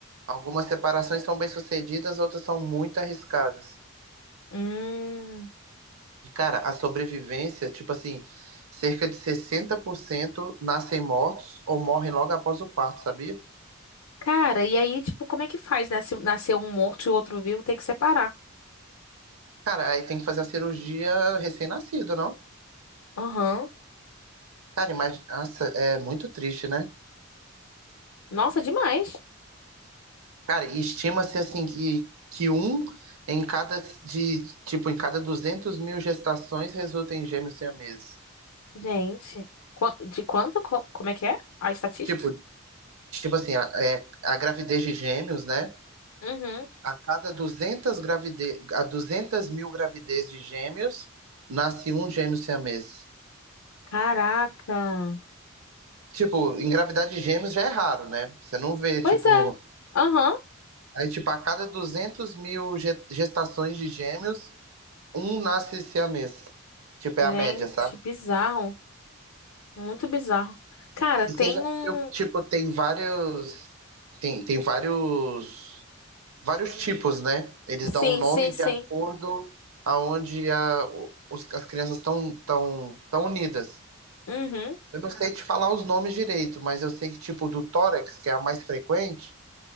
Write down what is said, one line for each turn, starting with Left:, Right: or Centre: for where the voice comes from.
Right: Algumas separações são bem-sucedidas, outras são muito arriscadas.
Left: Hum.
Right: E, cara, a sobrevivência, tipo assim, cerca de 60% nascem mortos ou morrem logo após o parto, sabia?
Left: Cara, e aí tipo como é que faz, né? Se nascer um morto e o outro vivo, tem que separar.
Right: Cara, aí tem que fazer a cirurgia recém-nascido, não?
Left: Aham.
Right: Cara, imagina, nossa, é muito triste, né?
Left: Nossa, demais.
Right: Cara, e estima-se assim que, que um em cada de, tipo, em cada 200 mil gestações resulta em gêmeos siameses.
Left: Gente, qua- de quanto? Co- Como é que é? A estatística?
Right: Tipo, tipo assim, a, é, a gravidez de gêmeos, né?
Left: Uhum.
Right: A cada duzentas gravide... a 200 mil gravidez de gêmeos, nasce um gêmeo siamês.
Left: Caraca.
Right: Tipo, engravidar de gêmeos já é raro, né? Você não vê,
Left: Pois
Right: tipo.
Left: é. Aham.
Right: Aí, tipo, a cada 200 mil ge- gestações de gêmeos, um nasce siamês. Tipo,
Left: Gente,
Right: é a média, sabe?
Left: bizarro. Muito bizarro. Cara,
Right: E
Left: tem
Right: você já
Left: um.
Right: viu, tipo, tem vários. Tem, tem vários. Vários tipos, né? Eles dão
Left: Sim,
Right: o nome
Left: sim, sim.
Right: de acordo aonde a, os- as crianças estão tão, tão tão unidas.
Left: Uhum.
Right: Eu não sei te falar os nomes direito, mas eu sei que, tipo, do tórax, que é a mais frequente,